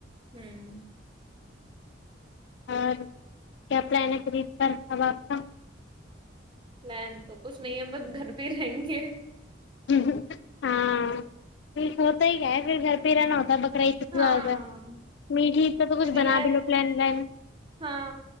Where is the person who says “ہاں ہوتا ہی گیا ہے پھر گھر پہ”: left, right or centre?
Left